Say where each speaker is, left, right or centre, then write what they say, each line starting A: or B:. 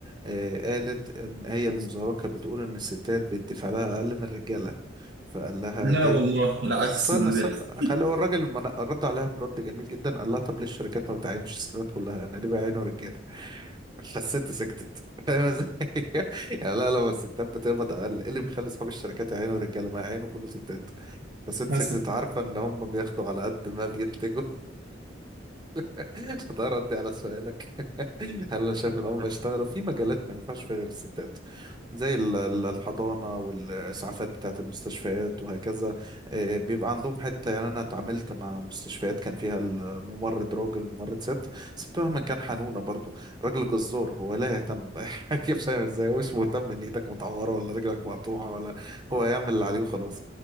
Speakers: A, on the right (about 25°); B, on the right (about 60°).
A: آه، قالت إن هي المظاهرة كانت بتقول إن الستات بيدفع لها أقل من الرجالة فقال لها
B: لا
A: ده
B: والله العكس
A: بس استنى
B: اللي
A: سبق
B: بيحصل
A: خلى هو الراجل من- رد عليها برد جميل جدا قال لها طب ليه الشركات ما بتعينش الستات كلها انا ليه بعينه رجاله <laughs> فالست سكتت فاهم ازاي <laughs> يعني لا لما الستات بتقبض اقل ايه اللي بيخلي اصحاب الشركات يعينوا رجاله ما يعينوا كله ستات الست
B: مثلا
A: سكتت عارفة إن هم بياخدوا على قد ما بينتجوا <laughs> فده ردي على سؤالك هل أنا شايف إن هم بيشتغلوا في مجالات ما ينفعش فيها غير الستات زي ال- ال- الحضانة والإسعافات بتاعة المستشفيات وهكذا آه، بيبقى عندهم حتة يعني أنا اتعاملت مع مستشفيات كان فيها الممرض راجل وممرض ست ست مهما كان حنونة برضو راجل جزار هو لا يهتم بأي <laughs> حاجة فاهم ازاي هو مش مهتم إن إيدك متعورة ولا رجلك مقطوعة ولا هو يعمل اللي عليه وخلاص